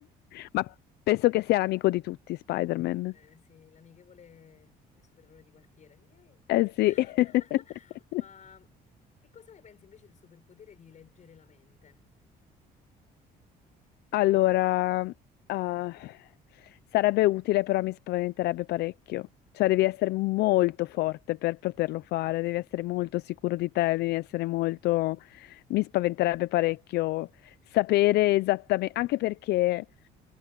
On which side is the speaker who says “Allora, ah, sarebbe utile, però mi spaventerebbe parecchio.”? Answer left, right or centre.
Left